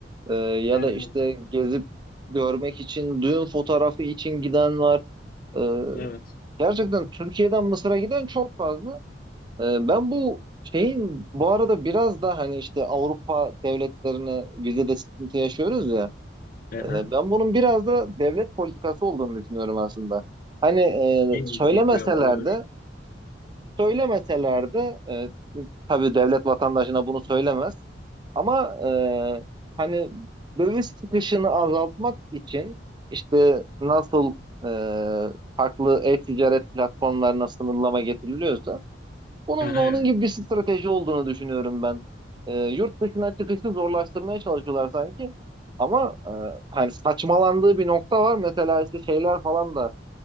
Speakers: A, on the right; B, on the left.
A: e, ya
B: Evet.
A: da işte gezip görmek için, düğün fotoğrafı için giden var. E,
B: Evet.
A: gerçekten Türkiye'den Mısır'a giden çok fazla. E, ben bu şeyin bu arada biraz da hani işte Avrupa devletlerine vizede sıkıntı yaşıyoruz ya.
B: Aha,
A: Ee, Ben bunun biraz da devlet politikası olduğunu düşünüyorum aslında. Hani e,
B: bil-
A: söylemeseler
B: bilmiyorum olabilir.
A: de, söylemeseler de e, tabii devlet vatandaşına bunu söylemez. Ama e, hani döviz çıkışını azaltmak için işte nasıl e, farklı e-ticaret platformlarına sınırlama getiriliyorsa bunun
B: Aha,
A: da onun
B: evet.
A: gibi bir strateji olduğunu düşünüyorum ben. Ee, yurt dışına çıkışı zorlaştırmaya çalışıyorlar sanki. Ama e, hani saçmalandığı bir nokta var. Mesela işte şeyler falan da